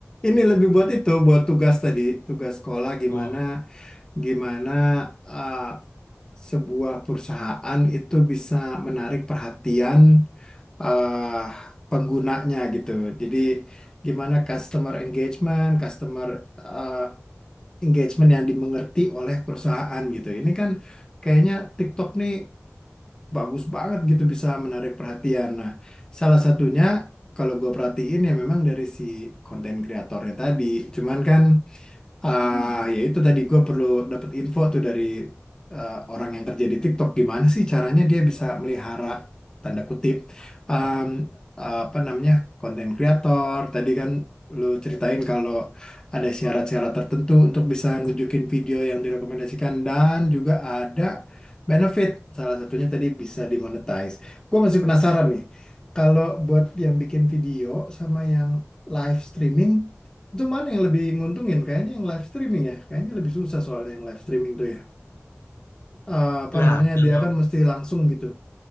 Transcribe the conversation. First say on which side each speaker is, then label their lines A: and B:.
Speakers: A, on the left; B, on the left.
A: ini lebih buat itu, buat tugas tadi, tugas sekolah gimana,
B: Oh.
A: gimana eh, sebuah perusahaan itu bisa menarik perhatian eh, penggunanya gitu. Jadi gimana customer engagement, customer eh, engagement yang dimengerti oleh perusahaan gitu. Ini kan kayaknya TikTok nih bagus banget gitu bisa menarik perhatian. Nah, salah satunya kalau gue perhatiin ya memang dari si konten kreatornya tadi. Cuman kan Ah, ya itu tadi gue perlu dapat info tuh dari eh, orang yang kerja di TikTok gimana sih caranya dia bisa melihara tanda kutip em, apa namanya konten kreator. Tadi kan lu ceritain kalau ada syarat-syarat tertentu untuk bisa nunjukin video yang direkomendasikan dan juga ada benefit. Salah satunya tadi bisa dimonetize. Gue masih penasaran nih. Kalau buat yang bikin video sama yang live streaming itu mana yang lebih nguntungin? Kayaknya yang live streaming ya. Kayaknya lebih susah soalnya yang live streaming tuh ya. Eh, apa
B: Lah
A: namanya?
B: kalau
A: Dia kan mesti langsung gitu